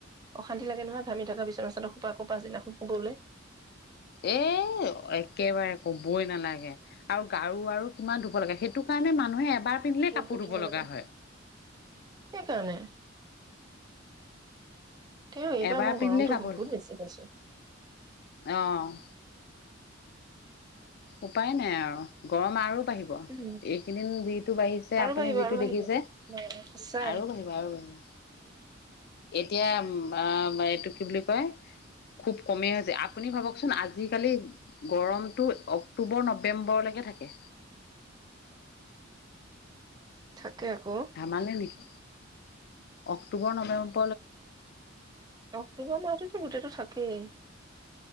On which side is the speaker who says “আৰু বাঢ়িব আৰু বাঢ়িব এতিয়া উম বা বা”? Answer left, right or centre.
Left